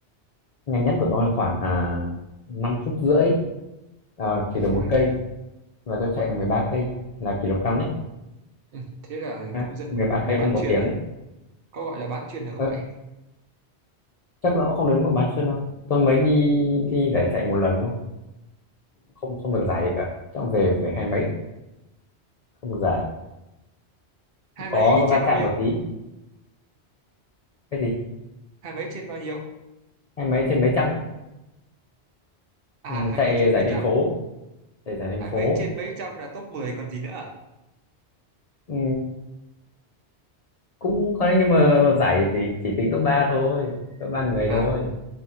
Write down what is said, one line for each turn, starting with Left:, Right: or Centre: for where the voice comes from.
Left: nhanh nhất của tôi khoảng à 5 phút rưỡi Ờ, chỉ được
Right: Ui,
Left: một cây và tôi chạy được 13 cây là kỷ lục cao nhất
Right: ừ, thế là
Left: Đấy,
Right: cũng dân
Left: 13 cây
Right: bán
Left: trong một
Right: chuyền
Left: tiếng
Right: à
Left: ấy.
Right: có gọi là bán chuyền được không
Left: Ờ,
Right: vậy
Left: chắc là cũng không đến mức bán chuyên đâu tôi mới đi đi giải chạy một lần thôi không không được giải gì cả trong về phải hai mấy không được giải
Right: hai
Left: có
Right: mấy trên
Left: va
Right: bao
Left: chạm
Right: nhiêu
Left: một tí cái gì
Right: hai mấy trên bao nhiêu
Left: hai mấy trên mấy trăm ấy.
Right: à
Left: ừ,
Right: hai
Left: chạy
Right: mấy trên mấy
Left: giải thành
Right: trăm
Left: phố chạy giải thành
Right: hai
Left: phố
Right: mấy trên mấy trăm là top 10 còn gì nữa à
Left: ừ, cũng có nhưng mà giải chỉ chỉ tính top 3 thôi top ba người
Right: à,
Left: thôi